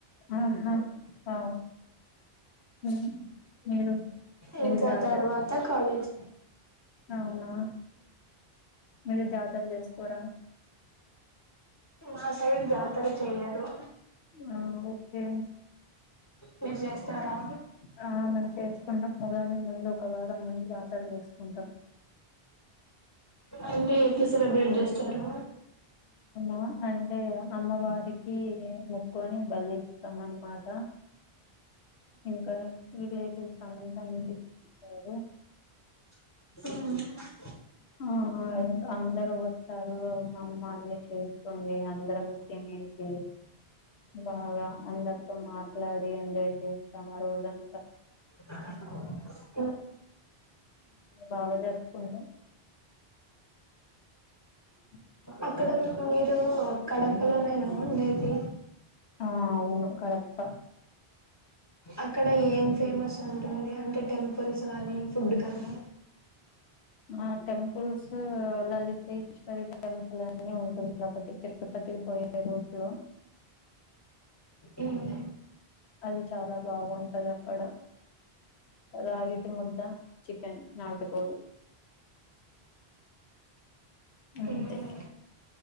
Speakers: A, on the left (about 85°); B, on the left (about 15°).
A: ఆహా ఆ ము మీరు
B: ఇంకా
A: మీరు జాతర
B: తర్వాత కాలేజ్
A: అవునా మీరు జాతర చేసుకోరా
B: మా సైడ్ జాతర చేయ్యారు
A: ఆ ఓకే
B: మీర్ చేస్తారా
A: ఆ మేము చేసుకుంటాం ఉగాది ముందు ఒక వారం ముందు జాతర చేసుకుంటాం
B: అంటే ఎట్కి సెలబ్రేట్ చేస్తారు
A: ఉ అంటే అమ్మవారికి మొక్కుకుని బలి ఇస్తాం అనమాట ఇంకా రిలేటివ్స్ అంత ఇంటికీవాస్తారు
B: ఉమ్
A: ఆ అందరు వస్తారు మామ్మల్ని చేసుకోని అందరం తినేసి బాగా అందరితో మాట్లాడి ఎంజాయ్ చేస్తాం ఆ రోజంతా
B: <inaudible>
A: బాగా జరుపుకుంటం అ
B: అక్కడ మీరు కడపలోనేైనా ఉండేది
A: ఆ అవును కరెక్ట్
B: అక్కడ ఏం ఫేమస్ ఉంటుంది అంటే టెంపుల్స్ కాగానీ ఫుడ్ కానీ
A: ఆ టెంపుల్స్ లలితేశ్వరి టెంపుల్ అని ఉంటుంది ఒకటి తిరుపపతికి పోయే రూట్లో
B: ఉమ్
A: అది చాలా బాగుంటది అక్కడ రగిటి ముద్ద చికెన్ నాడు కోడి అంతే
B: మ్మ్